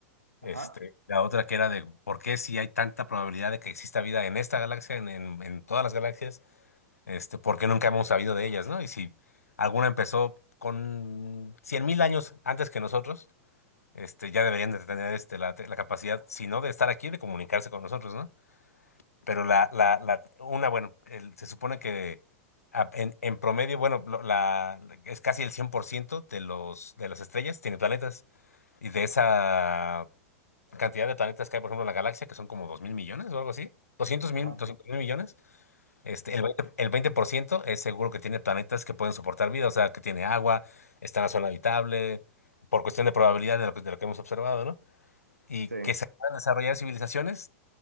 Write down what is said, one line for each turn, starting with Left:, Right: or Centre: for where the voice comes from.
Left: este,
Right: Ajá.
Left: la otra que era de por qué si hay tanta probabilidad de que exista vida en esta galaxia, en, en, en todas las galaxias, este, por qué nunca hemos sabido de ellas, ¿no? Y si alguna empezó con cien mil años antes que nosotros, este, ya deberían de tener este, la, la capacidad, si no de estar aquí, de comunicarse con nosotros, ¿no? pero la, la, la, una, bueno, el- se supone que a- en, en promedio, bueno, lo- la, es casi el 100% de los, de las estrellas tiene planetas. Y de esa cantidad de planetas que hay, por ejemplo, en la galaxia, que son como dos mil millones o algo así, 200 mil,
Right: Ajá.
Left: doscientos mil millones, este, el veinte el 20% es seguro que tiene planetas que pueden soportar vida, o sea, que tiene agua, está en la zona habitable, por cuestión de probabilidad de lo que, de lo que hemos observado, ¿no? Y
Right: Sí,
Left: que se puedan desarrollar civilizaciones